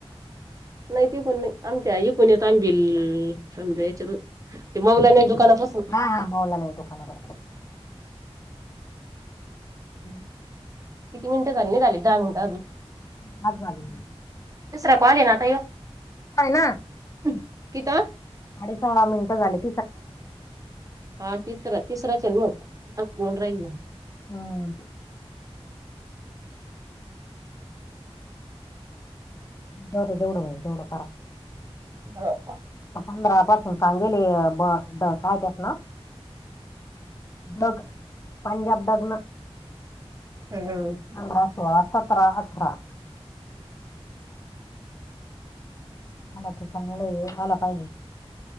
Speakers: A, on the right; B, on the left.
A: नई तिकून नई... आमच्या इकून येतो... आम्ही.... भी... ह्याच्यातून.... ते मौलाना दुकानापासून
B: हा हा.... मौलानाच्या दुकानाकडून.... <unintelligible>
A: किती मिनटं झाली... नई झाले... का दहा मिनटं अजून
B: सात झाले
A: तिसरा कॉल ए ना आता ह्यो?
B: पय ना
A: हूं... कितवा?
B: साडे सोळा मिनिटं झालेत
A: हा... तिसरा... तिसराच है ना मग... <unintelligible> फोन राहिला
B: हम तेवढं जेवढं होईल तेवढ करा.
A: हो.
B: पंधरा पासून सांगेले ब काय त्यात ना. मग आणि याच्यातन
A: हम्म.
B: पंधरा, सोळा, सतरा, अठरा मला तू चांगलं हाय. ह्याला काय होईल.